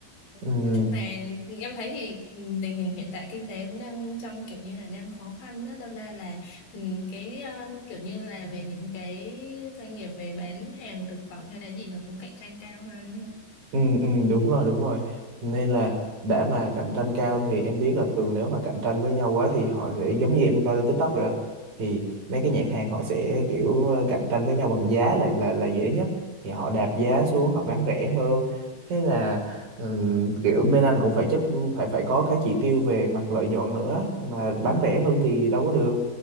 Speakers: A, on the right; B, on the left.
A: Ừ.
B: nói chung là em thấy thì ừ, tình hình hiện tại kinh tế cũng đang trong kiểu như là đang khó khăn đó đâm ra là ừ, cái ờ, kiểu như là về những cái doanh nghiệp về bán hàng thực phẩm hay là gì nó cũng cạnh tranh cao hơn
A: Ừ, ừ, đúng rồi đúng rồi nên là đã mà cạnh tranh cao thì em biết là thường nếu mà cạnh tranh với nhau quá thì họ sẽ giống như em coi trên TikTok rồi đó, thì mấy cái nhãn hàng họ sẽ kiểu ờ, cạnh tranh với nhau bằng giá là là là dễ nhất thì họ đạp giá xuống họ bán rẻ hơn thế là ừm, kiểu bên anh cũng phải chấp phải phải có cái chỉ tiêu về mặt lợi nhuận nữa mà bán rẻ hơn thì đâu có được